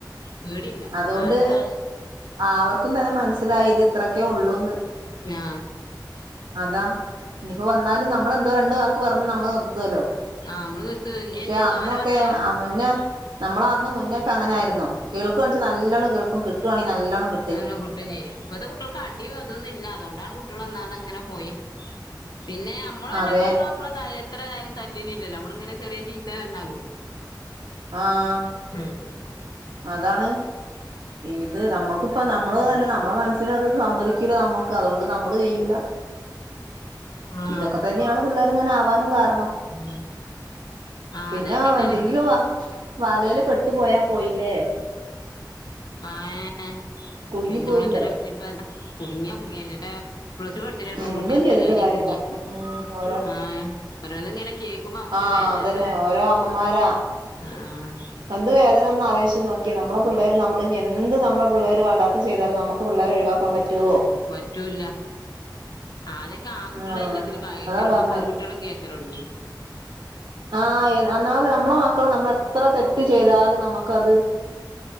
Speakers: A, on the left; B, on the right.
A: പേടില്ല
B: അതോണ്ട്
A: ആർക്കും ആഹ്
B: അവർക്കും തന്നെ മനസ്സിലായി ഇത് ഇത്രക്കെ ഒള്ളൂന്ന്.
A: ഞാ
B: അതാ ഇനിപ്പോ വന്നാലും നമ്മളെന്തോ രണ്ട് വാക്ക് പറഞ്ഞ് നമ്മള് നിർത്ത്ല്ലോ.
A: ആഹ് നമ്മള് നിർത്തും ഇനി
B: പക്ഷെ
A: എന്തേലും
B: അന്നൊക്കെ
A: തോനെ പറഞ്ഞാ
B: അ മുന്നേ നമ്മള് അന്ന് മുന്നേക്കെ അങ്ങനായിര്ന്നോ കേൾക്കുവാൺച്ച നല്ലണം കേൾക്കും കിട്ടാങ്കി നല്ലണം കിട്ടും
A: നല്ലം കുറ്റം ചെയ്യും ഇപ്പത്തെ കുട്ടോൾക്ക് അടി അതൊന്നുംല്ല അതുകൊണ്ടാണ് കുട്ടോള് ഒന്നാത് അങ്ങനെ പോയെ പിന്നെ നമ്മള് തന്നിപ്പോ
B: അതെ
A: നമ്മളെ നമ്മളത് എത്രാതായാലും തല്ലില് ഇല്ലല്ലോ നമ്മള് ഇങ്ങനെ ചെറിയ ചീത്ത പറഞ്ഞാലും
B: ആഹ്
A: ഉം
B: അതാണ് ഇത് നമ്മക്ക്പ്പ നമ്മള് ന്നല്ലാ
A: ഉം ഉം
B: നമ്മളെ മനസ്സിന് അത് സമ്മതിക്കുല്ല നമ്മ ക്ക് അതോണ്ട് നമ്മള് ചെയ്യൂല
A: ആഹ്
B: ഇതൊക്കെ തന്നെയാണ് പിള്ളേര്ങ്ങനെ ആവാനും കാരണം
A: ഉം ആഹ്
B: പിന്നെ
A: അതേക്കെന്നെയാണ്
B: എന്തെങ്കിലും വ വലെല് പെട്ട് പോയ പോയില്ലേ.
A: അഹേ
B: കുടുങ്ങി
A: പിന്നെ
B: പോയില്ലേ
A: മാത്ര അറിഞ്ഞ്പ്പെന്താ കുടുങ്ങിയാ കുടുങ്ങിയന്നെ <unintelligible> പ്ലസ് ടു പഠിച്ച്ലെ ഒരു പെൺകുട്ടി
B: എന്തും
A: അപ്പൊ
B: ചെയ്തിട്ട്
A: ലഹരി
B: കാര്യല്ല
A: കുട്ങ്ങി
B: ഉം ഓരോ
A: ആഹ് ഓരോ കേക്കുമ്പോ അമ്മക്കൊരു
B: ആഹ്
A: വേജാറ
B: അതന്നെ ഓരോ അമ്മമാരാ
A: ആഹാ
B: എന്ത് വേദനന്ന് ആലോയ്ച്ച് നോക്കിയ നമ്മള പിള്ളേര് നമ്മൾ എന്ത് നമ്മളെ പിള്ളേര് വണ്ടാത്ത ചെയ്താലും നമ്മ പിള്ളൊരെ ഒഴിവാക്കാൻ പറ്റോ?
A: പറ്റൂല്ല. ആദ്യക്കെ ആൺകുട്ട്യോള
B: ആഹ്
A: എല്ലാത്തിലും കേൾക്ക
B: അതാ
A: ഇപ്പൊ
B: പറഞ്ഞേ
A: പെൺകുട്ട്യോളും കേക്കലോട്ങ്ങി.
B: ആഹ് ഒന്നാമത് നമ്മളെ മക്കള് നമ്മള് എത്ര തെറ്റ് ചെയ്താലും നമ്മക്കത്